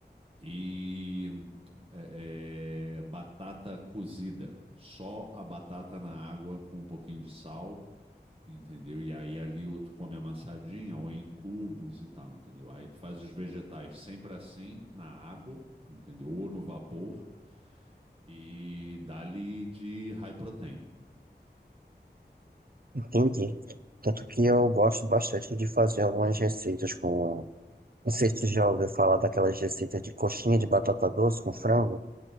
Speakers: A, on the right; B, on the right.
A: e é, é, batata cozida. Só a batata na água com um pouquinho de sal, entendeu? E aí ali ou tu come amassadinha ou em cubos e tal, entendeu? Aí tu faz os vegetais sempre assim, na água, entendeu? Ou no vapor e dá-lhe de high protein.
B: Entendi. Tanto que eu gosto bastante de fazer algumas receitas com. Não sei se tu já ouviu falar daquelas receitas de coxinha de batata doce com frango.